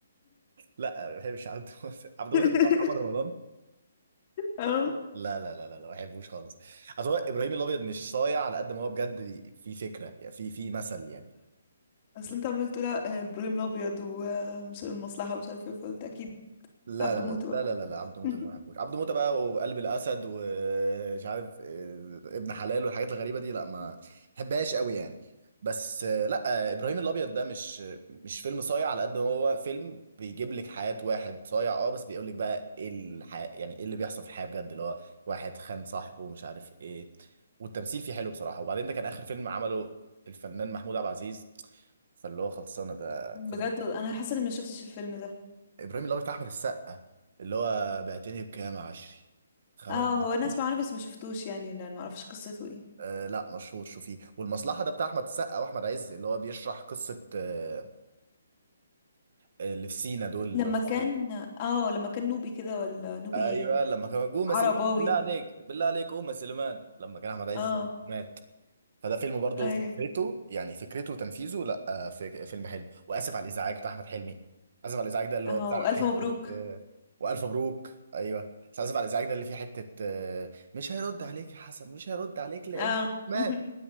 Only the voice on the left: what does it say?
<laughs>
اه
اصل انت عمال تقول آه، ابراهيم الابيض والمصلحه ومش عارف ايه فقلت اكيد
عبده موته
بقى
<laughs>
بجد
انا حاسه اني ما شفتش الفيلم ده
اه
هو انا اسمع عنه بس ما شفتوش يعني لان ما اعرفش قصته ايه.
لما
كان اه لما كان نوبي كده ولا نوبي
ايه
عرباوي
اه
ايوه
اه
الف مبروك
اه
<laughs>